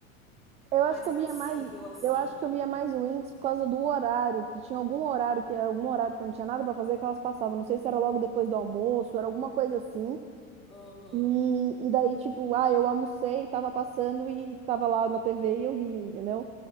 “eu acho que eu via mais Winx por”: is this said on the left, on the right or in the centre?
Right